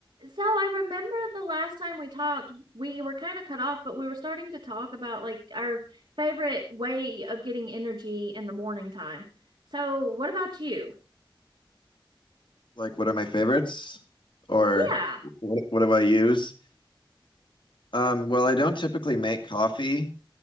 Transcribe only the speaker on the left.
like what are my favorites or
what, what do I use? Um, well, I don't typically make coffee,